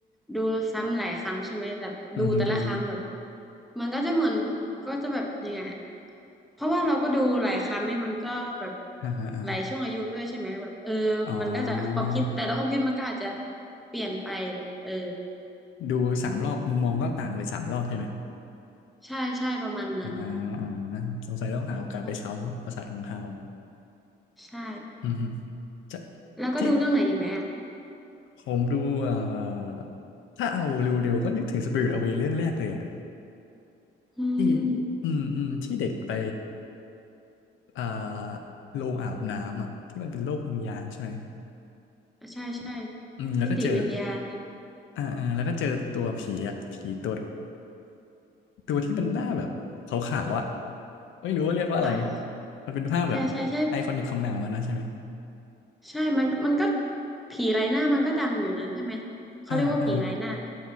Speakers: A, in the centre; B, on the left.
A: ดูซ้ำหลายครั้งใช่ไหมแต่ดูแต่ละครั้งแบบ
B: <laughs> อืมฮึอืมฮึ
A: มันก็จะเหมือนก็จะแบบยังไงอะเพราะว่าเราก็ดูหลายครั้งนี่มันก็แบบ
B: อ่าฮะอ่า
A: หลายช่วงอายุด้วยใช่ไหมแบบเออ
B: อ๋อ
A: มันก็จะความคิดแต่ละความคิดมันก็อาจจะเปลี่ยนไปแบบเออ
B: ดูสามรอบมุมมองก็ต่างไปสามรอบใช่ไหม
A: ใช่ใช่ประมาณนั้น
B: อ่าอ่าสงสัยต้องหาโอกาสไปซ้ำประสาทของฮาว
A: อืมใช่
B: อือฮึจะ
A: แล้วก็ดูเรื่องไหนอีกไหมอ่ะ
B: ที่ผมดูเอ่อถ้าเอาเร็วๆก็นึกถึง Spirit Away เรื่องแรกเลยอะ
A: อืม
B: ที่อืมอืมที่เด็กไปอ่าโรงอาบน้ำอะที่มันเป็นโลกวิญญาณใช่ไหม
A: ใช่ใช่
B: อืมแล้วก็เจอ
A: มิติวิญญาณ
B: อ่าอ่าแล้วก็เจอตัวผีอะผีตัว ตัวที่มันหน้าแบบขาวๆอ่ะไม่รู้ว่าเรียกว่าอะไร
A: อ่า
B: มันเป็นภาพแบบไอคอนิกของหนังมันนะใช่ไหม
A: ใช่ใช่ใช่ ใช่มันมันก็ผีไร้หน้ามันก็ดังอยู่นะใช่ไหมเขาเรียกว่าผีไร้หน้าไหม
B: อ่าอ่า